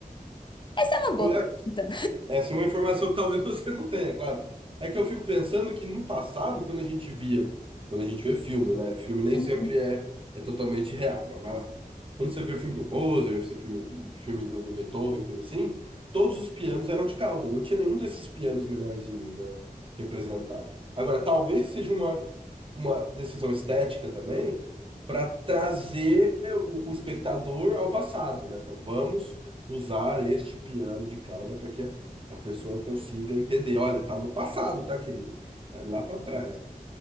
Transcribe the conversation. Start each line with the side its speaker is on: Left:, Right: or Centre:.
Left: Essa é uma boa
Right: Ou
Left: pergunta.
Right: Essa é uma informação que talvez <laughs> você não tenha, claro. É que eu fico pensando que no passado, quando a gente via, quando a gente vê filme, né? Filme nem
Left: Uhum.
Right: sempre é,
Left: <laughs>
Right: é totalmente real, mas vai lá. Quando você vê o filme do Mozart, você filme, filme do, do Beethoven, coisa assim, todos os pianos eram de cauda, não tinha nenhum desses pianos menorzinhos, né? Representados. Agora, talvez seja uma, uma decisão estética também para trazer o, o espectador ao passado, né? Fala, Vamos usar este piano de cauda para que a pessoa consiga entender. Olha, tá no passado, tá, querido? Tá lá para trás.